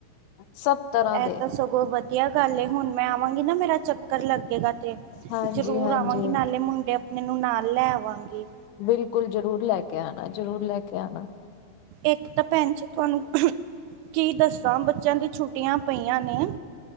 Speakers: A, on the left; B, on the right.
A: ਸਭ- ਤਰ੍ਹਾਂ
B: ਐਹ
A: ਦੇ
B: ਤਾਂ ਸਗੋਂ ਵੱਧ ਵਧੀਆ ਗੱਲ ਹੁਣ ਮੈਂ ਆਵਾਂਗੀ ਨਾ ਮੇਰਾ ਚੱਕਰ ਲੱਗੇਗਾ ਤੇ
A: ਹਾਂਜੀ
B: ਜਰੂਰ
A: ਹਾਂਜੀ
B: ਆਵਾਂਗੀ ਨਾਲੇ ਮੁੰਡੇ ਆਪ ਇਨੂੰ ਨਾਲ ਲੈ ਆਵਾਂਗੀ।
A: ਬਿਲਕੁਲ ਜਰੂਰ ਲੈ ਕੇ ਆਣਾ ਜ਼ਰੂਰ ਲੈ ਕੇ ਆਣਾ।
B: ਇੱਕ ਤਾਂ ਭੈਣ ਜੀ ਤੁਆਨੂੰ ਕੀ ਦੱਸਾਂ ਬੱਚਿਆਂ ਦੀ ਛੁੱਟੀਆਂ ਪਈਆਂ ਨੇ